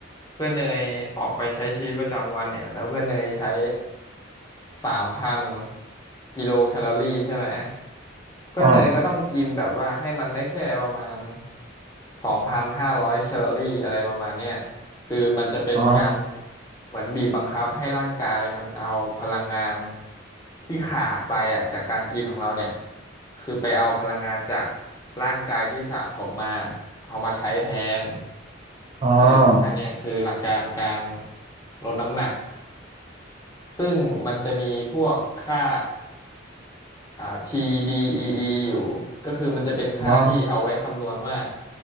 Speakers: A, on the left (about 20°); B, on the right (about 25°).
A: เพื่อนเนยออกไปใช้ชีวิตประจำวันเนี่ยแล้วเพื่อนเนยใช้สามพันกิโลแคลอรี่ใช่ไหมเพื่อนเนยก็ต้องกินแบบว่าให้มันได้แค่ประมาณ
B: อ๋อ
A: สองพันห้าร้อยแคลอรี่อะไรประมาณเนี้ยคือมันจะเป็นการ
B: อ๋อ
A: เหมือนบีบบังคับให้ร่างกายมันเอาพลังงานที่ขาดไปอ่ะจากการกินของเราเนี่ยคือไปเอาพลังงานจากร่างกายที่สะสมมาเอามาใช้แทน
B: อ๋อ
A: เอออันเนี้ยคือหลักการการลดน้ำหนักซึ่งมันจะมีพวกค่าอ่า TDEE ออีอยู่ก็คือมันจะเป็นค่าที่เอาไว้คำนวณว่า
B: อ๋อ